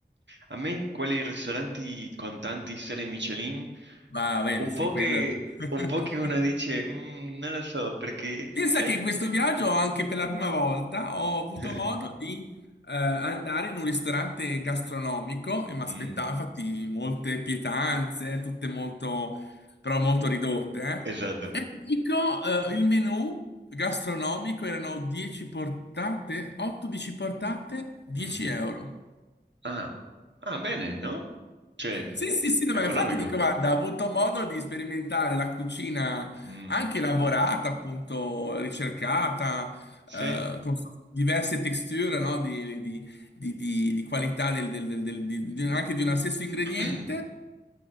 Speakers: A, on the right; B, on the left.
A: A me quei ristoranti con tanti stelle Michelin,
B: Ma bene,
A: un
B: sì,
A: po'
B: quello.
A: che,
B: <laughs>
A: un po' che uno dice, "Mm, non lo so, perché
B: Pensa
A: sai...
B: che in questo viaggio, anche per la prima volta, ho
A: <laughs>
B: avuto modo di eh, andare in un ristorante gastronomico e mi aspettavo
A: Mm,
B: infatti molte pietanze, tutte molto, però molto ridotte.
A: esatto.
B: eh. E ti dico, eh, il menù gastronomico erano 10 portate, 8-10 portate, 10
A: Mm.
B: euro.
A: Ah, ah, bene, no? Cioè,
B: Sì, sì, sì, no,
A: economico.
B: ma infatti dico, guarda, ho avuto modo di sperimentare la cucina
A: Mm,
B: anche elaborata, appunto, ricercata,
A: sì.
B: eh, con diverse texture, no, di, di- di- di- di qualità del- del- del- del- di- di- anche di uno stesso ingrediente,
A: <clears throat>